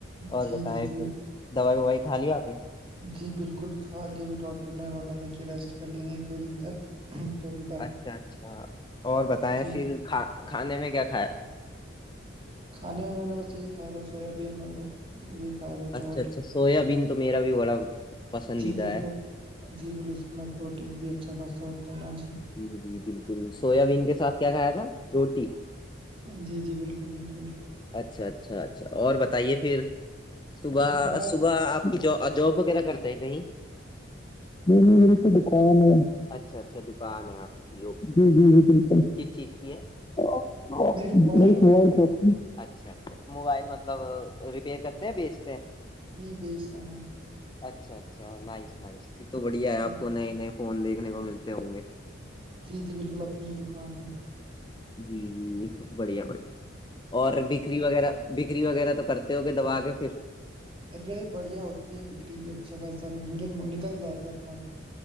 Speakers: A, on the left; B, on the right.
A: اور
B: جی
A: بتائیں
B: جی جی
A: پھر دوائی وائی کھا لی آپ نے
B: جی بالکل خالی ابھی ڈاکٹر نے بولا تھا کہ ریسٹ کر لینےا ایک دو دن تک توب
A: اچھا اچھا اور بتائیں پھر
B: جی
A: کھانے میں کیا کھایا تھا
B: کھانے میں میں نے بس یہی کھایا تھا سویابین اور وہ یہی کھایا تھا چاول
A: اچھا اچھا سویا بین تو میرا بھی بڑا پسندیدہ
B: جی جی
A: ہے
B: اس میں جی بال اس میں پروٹین بھی اچھا خاصا ہوتا ہے نا جی
A: جی جی بالکل سویا بین کے ساتھ کیا کھایا تھا روٹی
B: جی جی بالکل بالکل
A: اچھا اچھا اچھا اور بتائیے پھر صبح
B: ہاں، بس
A: صبح آپ کی جاب وغیرہ کرتے ہیں کہیں نہیں مری تو دکان ہے اچھا اچھا دکان ہے آپ جی جی جی چز چیز کی ہے موبائل
B: میری شاپ کی
A: شاپ اچھا اچھا موبائل مطلب ریپیئر کرتے ہیں بیچتے ہیں
B: نہیں بیچتا میں
A: اچھا اچھا نائس نائس تو بڑھیا
B: جی
A: ہے آپ
B: جی
A: کو نئے نئے فون دیکھنے کو ملتے ہوں گے
B: جی جی بالکل اپنی ہی دکان ہے
A: جی جی بڑھیا بڑھیا اور بیکری وغیرہ بکری وغیرہ تو کرتے ہوگئے دبا کے پھر
B: رہے بڑھیا ہوتی ہے بکری بھی اچھا خاصا مطلب نکل جاتا ہے اپنا